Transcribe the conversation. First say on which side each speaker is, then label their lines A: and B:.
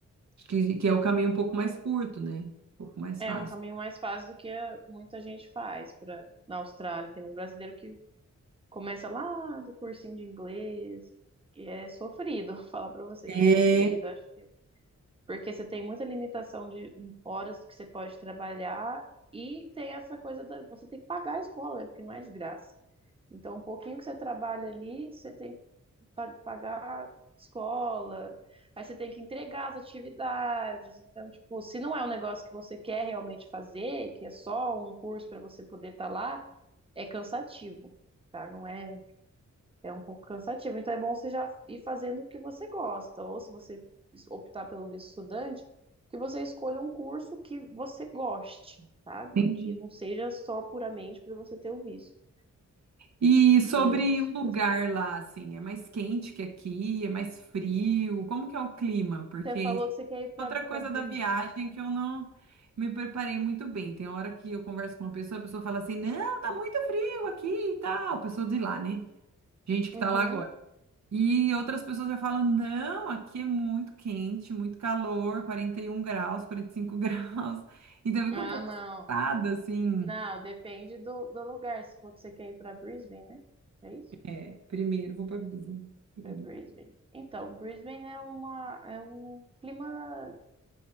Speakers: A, on the right (about 65°); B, on the right (about 20°).
A: que, que é o caminho um pouco mais curto, né? Um pouco mais
B: é
A: fácil.
B: um caminho mais fácil do que a- muita gente faz para na Austrália. Tem muito brasileiro que começa lá do cursinho de inglês e é sofrido. <laughs> Falar para você
A: É,
B: que é sofrido. Acho que Porque você tem muita limitação de horas que você pode trabalhar e tem essa coisa da você tem que pagar a escola, né? Porque não é de graça. Então, um pouquinho que você trabalha ali, você tem que pa- pagar escola, aí você tem que entregar as atividades. Então, tipo, se não é um negócio que você quer realmente fazer, que é só um curso para você poder estar lá, é cansativo, tá? Não é é um pouco cansativo. Então é bom você já ir fazendo o que você gosta, ou se você es- optar pelo visto estudante, que você escolha um curso que você goste, sabe?
A: Entendi.
B: Que não seja só puramente para você ter o visto,
A: E sobre
B: que aí é muito
A: o
B: desgastante.
A: lugar lá, assim, é mais quente que aqui, é mais frio? Como que é o clima? Porque
B: Você
A: isso
B: falou que você quer ir para
A: é outra coisa
B: para Brisbane.
A: da viagem que eu não me preparei muito bem. Tem hora que eu converso com uma pessoa, a pessoa fala assim, não, tá muito frio aqui e tal. Pessoa de lá, né? Gente que
B: Uhum.
A: tá lá agora. E outras pessoas já falam: não, aqui é muito quente, muito calor, 41 graus, 45 <laughs> graus. Então eu fico
B: Ah,
A: um pouco
B: não.
A: assustada, assim.
B: Não, depende do, do lugar. Você falou que você quer ir para Brisbane, né? É isso?
A: É, primeiro vou para a brisa pública.
B: Para Brisbane. Então, Brisbane é uma é um clima